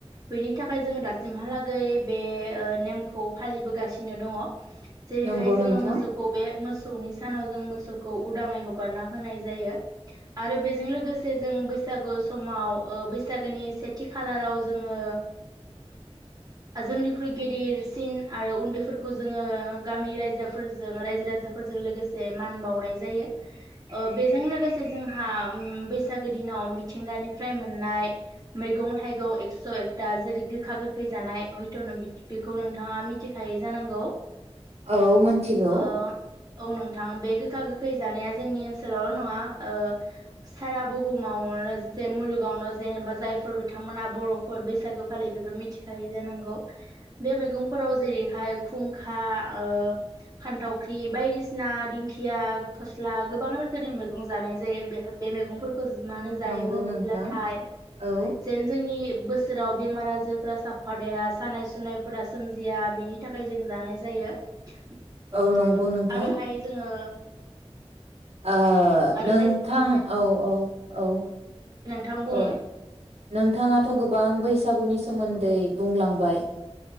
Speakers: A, on the right; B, on the right.
A: बेनि थाखाय ओमफ्राय जोङो दासिमहालागै बे ओ नेमखौ फालिबोगासिनो दङ जेरैहाय
B: नंगौ
A: जोङो
B: नोंथां
A: मोसौखौ बे मोसौनि सानाव जों मोसौखौ उदाङै हगारना होनाय जायो आरो बेजों लोगोसे जों बैसागु समाव अ बैसागोनि सेथि खालाराव जोङो जोंनिख्रुइ गिदिरसिन आरो उन्दैफोरखौ जोङो गामि रायजाफोरजों रायजो राजाफोरजों लोगोसे मान बावनाय जायो ओ बेजों लोगोसे जोंहा उम बैसागो दिनाव मिथिंगानिफ्राय मोननाय मैगं थाइगं एक्स एकता दा जेरै गोखा गोखै जानाय हयथ नों बेखौ नोंथां नोंथाङा मिथिखायै जानांगौ
B: औ मोनथिगौ
A: ओ औ नोंथां बे गोखा गोखै जानाया जोंनि ओनसोलावल नङा औ सारा बुहुमावनो जे मुलुगावनो जेनेबा जायफोर बिथांमोना बरफोर बैसागो फालि बेफोर मिथिखायै जानांगौ बे मैगंफोराव जेरैहाय खुंखा ओ खान्थावख्रि बायदिसिना दिंखिया फस्ला गोबां रोखोमनि मैगं जानाय जायो बे बे मैगंफोरखौ मानो जायो
B: नंगौ
A: होनोब्लाथाय
B: नोंथां औ
A: जेन जोंनि बोसोराव बेमार आजारफोरा साफा देरा सानाय सुनायफोरा सोमजिया बेनि थाखाय जों जानाय जायो
B: औ
A: ओ
B: नंगौ नोंथां
A: आरोहाय जोङो
B: ओ
A: आरोहाय
B: नोंथां औ औ औ
A: थां बुं
B: औ नोंथाङाथ गोबां बैसागुनि सोमोन्दै बुंलांबाय